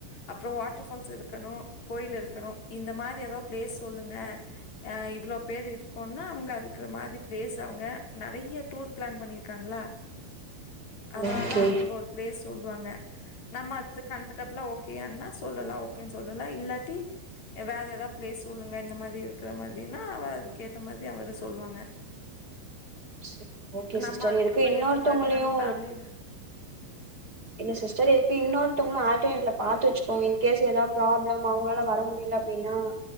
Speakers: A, on the left; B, on the right.
A: அப்ரொ வாட்டர் ஃபால்ஸ் இருக்கணு கோயில் இருக்கணு இந்த மாரி ஏதாது பிளேஸ் சொல்லுங்க அ இவ்ளோ பேர் இருக்கோனா அவங்க அதுக்கு மாதி பிளேஸ் அவங்க நெறையா டூர் பிளான் பண்ணிருக்காங்களா அதனால
B: ஓகே
A: அவங்க ஒரு பேஸ் சொல்வாங்க. நம்ம அது கம்ஃபர்டபிளா ஓகேனா சொல்லலா ஓகேனு சொல்லலா இல்லாட்டி வேற ஏதா பிளேஸ் சொல்லுங்க இந்த மாதி இருக்கிற மாதினா அவ அதுக்க ஏத்த மாதி அவரு சொல்லுவாங்க
B: சரி ஓகே
A: நம்ம
B: சிஸ்டர்
A: அதுக்கு
B: எதுக்கு
A: ம
B: இன்னொருத்தவங்களையு
A: ஏத்த மாதிரி நம்ம ஃபேமிலி
B: இல்ல சி்ஸ்டர் எதுக்கு இன்னொருதவங்கள ஆட்டோமெட்ல பாத்து வச்சுகோங்க இன்கேஸ் எதாது ப்ராப்ளம் அவங்களால வர முடியல அப்டின்னா